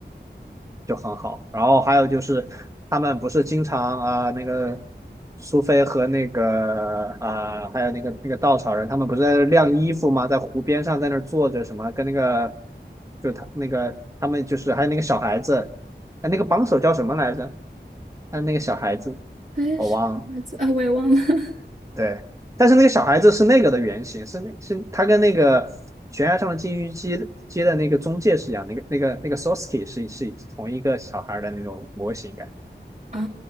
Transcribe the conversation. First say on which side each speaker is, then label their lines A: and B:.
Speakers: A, on the right; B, on the right.
A: 就很好。然后还有就是他们不是经常啊、那个苏菲和那个啊、还有那个那个稻草人，他们不是在那晾衣服吗？在湖边上在那儿坐着什么，跟那个就他那个他们就是还有那个小孩子，哎，那个帮手叫什么来着？还有那个小孩子，
B: 哎，
A: 我忘了。
B: 是什么字啊？我也忘了。<laughs>
A: 对。但是那个小孩子是那个的原型，是那是他跟那个悬崖上的金鱼姬姬的那个中介是一样，那个那个那个 s o s k e 是是同一个小孩的那种模型感
B: 啊，